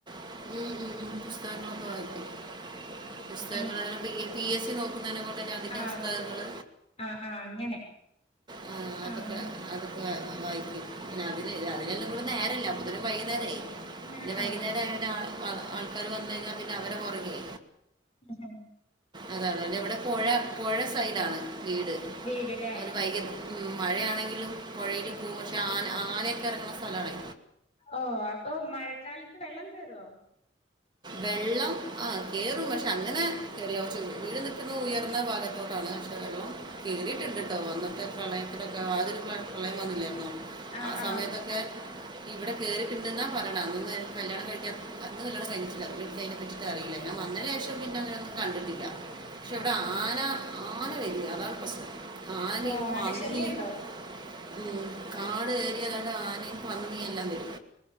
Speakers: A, on the right; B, on the left.
A: <unintelligible>
B: ആഹ
A: പുസ്തകങ്ങൾ
B: എനിക്കും
A: പി <unintelligible> <inaudible>
B: ആഹ
A: പുസ്തകങ്ങൾ
B: ആ ആ അങ്ങനെ
A: ആ അതൊക്കെ
B: ആഹ്
A: അത അതൊക്കെ വായിക്കും. പിന്നെ അതിന് അതിനെല്ലാംകൂടെ നേരമില്ല അപ്പോഴേക്കും വൈകുനേരമായി.
B: ആഹ്
A: പിന്നെ വൈകുന്നേരം അങ്ങനെ ഒരു ആറ ആൾക്കാര് വന്ന കഴിഞ്ഞാൽ പിന്നെ അവരെ പുറകേ
B: ങ്ഹ്.
A: അതെ അതെ അതെ ഇവിടെ പുഴ പുഴ സൈഡാണ് വീട്
B: വീട്ല്ലേ
A: ഒരു വൈകി മഴയാണെങ്കിലും പുഴയിലും പോകും പക്ഷെ ആന ആണയൊക്കെ ഇറങ്ങുന്ന സ്ഥലാണേ.
B: ഓ അപ്പൊ മഴക്കാലത്ത് വെള്ളം കയറുവോ.
A: വെള്ളം ആ കേറും പക്ഷെ അങ്ങനെ കേറില്ല പക്ഷെ വീട് നിക്കുന്നത് ഉയർന്ന ഭാഗത്തോട്ടാണ് പക്ഷെ വെള്ളം കേറിയിട്ടുണ്ട് ട്ടോ അന്നത്തെ പ്രളയത്തിലൊക്കെ <unintelligible> പ്രളയം വന്നില്ലായിരുന്നോ.
B: ആഹ്
A: ആ സമയത്തൊക്കെ
B: ആഹ്
A: ഇവിടെ കേറീട്ടുണ്ടെന്ന പറയണേ അന്നൊന്നും കല്യാണം കഴിക്കാൻ അന്ന് കല്യാണം കഴി ഇല്ല എനിക്ക് അതിനെ പറ്റീട്ട് അറിയില്ല ഞാൻ വന്നതിന് ശേഷം പിന്നെ അങ്ങനൊന്നും കണ്ടിട്ടില്ല. പക്ഷേ
B: ആഹ്
A: ഇവിടെ ആന ആന വരും അതാണ് പ്രശ്നം ആനയും
B: ഓഹ്
A: പന്നിയും
B: ആനശല്യണ്ടോ
A: ഓ, കാട് ഏരിയയിലാണ് ആനയും പന്നിയുമെല്ലാം വരും.